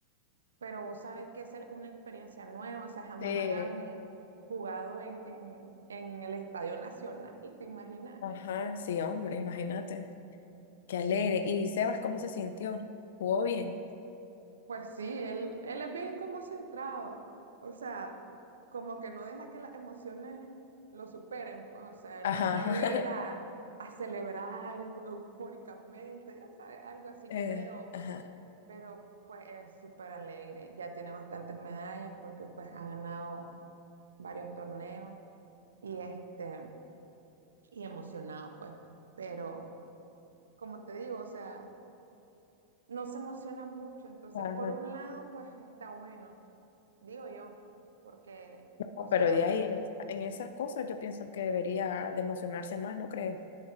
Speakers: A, on the right (about 70°); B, on the left (about 60°).
A: pero vos sabés que es el- una experiencia nueva, o sea, jamás
B: Sí.
A: habían jugado en, en, en el Estadio Nacional, ¿te imaginas?
B: Ajá, sí, hombre, imagínate. Qué alegre. ¿Y Sebas cómo se sintió? ¿Jugó bien?
A: Pues sí, él, él es bien como centrado, o sea, como que no deja que las emociones lo superen, pues, o sea, él
B: Ajá.
A: no va
B: <laughs>
A: a ir a, a celebrar eu- eufóricamente, ya sabes, algo así,
B: Eh,
A: pero,
B: ajá.
A: pero pues es súper alegre, ya tiene bastantes medallas porque pues ha ganado varios torneos y este... y emocionado, pues, pero como te digo, o sea, no se emociona mucho, entonces
B: Ajá.
A: por un lado, pues está bueno, digo yo, porque,
B: No,
A: o sea,
B: pero de ahí, en, es- en esas cosas yo pienso que debería de emocionarse más, ¿no crees?